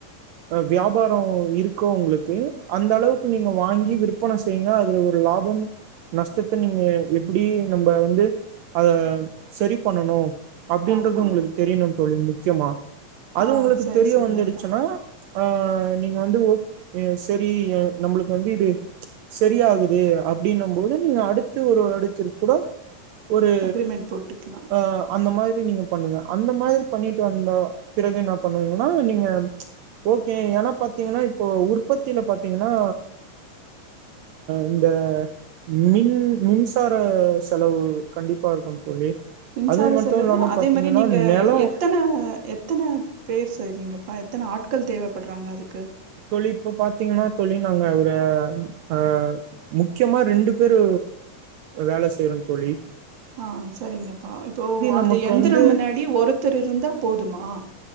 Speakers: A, on the right; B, on the right.
A: வியாபாரம் இருக்கோ உங்களுக்கு அந்த அளவுக்கு நீங்க வாங்கி விற்பனை செய்யுங்க அதுல ஒரு லாபம் நஷ்டத்தை நீங்க அப்படி நம்ம வந்து அத சரி பண்ணணும் அப்படின்றது
B: இருக்குன்றது உங்களுக்கு
A: உங்ளுக்கு தெரியணும் தொழில் முக்கியமா
B: தோழி
A: அது
B: ஆ
A: உங்களுக்கு
B: சரி
A: தெரிய
B: சரிங்கப்பா
A: வந்துடுச்சுன்னா ஆ நீங்க வந்து சரி நம்ளுக்கு வந்து இத சரியாகுது அப்டின்னம் போது நீங்க அடுத்து ஒரு அடுத் திருக்குட ஒரு
B: அக்ரிமெண்ட் போட்டுக்கலா
A: ஆஹ அந்த மாரி நீங்க பண்ணுங்க அந்த மாரி பண்ணிட்டு வந்தா பிறகு என்ன பண்ணனுனா நீங்க ஓகே ஏனாபாத்தீங்னா இப்ப உற்பத்தியில பாத்தீங்கன்னா இந்த மின் மின்ஸ் சார செலவு கண்டிப்பா இருக்கு <unintelligible>
B: மின்சார
A: அது மட்டு
B: செலவு
A: இல்லாம
B: அதே
A: பாத்தீங்கன்னா
B: மாரி நீங்க
A: நெலோ
B: எத்தன எத்தன பேர் செய்றீங்க பா எத்தன ஆட்கள் தேவைப்படுறாங்க அதுக்கு
A: தோழி இப்ப பாத்தீங்னா தோழி நாங்க ஒரு ஆஹ் முக்கியமா ரெண்டு பேரு வேல செய்றோ தொழி
B: ஆஹ் சரிங்கப்பா இப்போ அந்த
A: நமக்கு
B: எந்திரம்
A: வந்து
B: முன்னாடி ஒருத்தர் இருந்தா போதுமா ஆ